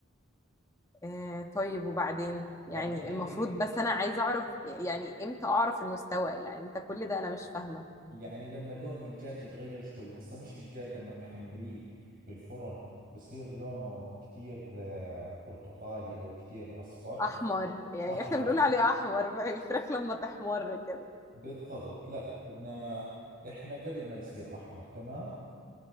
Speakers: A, on the left; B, on the right.
A: آه طيب وبعدين يعني
B: بعدين
A: المفروض
B: بت...
A: بس أنا عايزة أعرف يعني إمتى أعرف إنه استوى يعني أنت كل ده أنا مش فاهمة
B: يعني لما لون الدجاج يتغير شوي هسه مش الدجاج لما تحمريه بالفرن بصير لونه كثير آه، برتقالي او كثير اصفر
A: أحمر يعني
B: احمر
A: إحنا بنقول عليه أحمر الفراخ لما تحمر كده
B: بالضبط لا بدنا احنا قبل ما يصير احمر تمام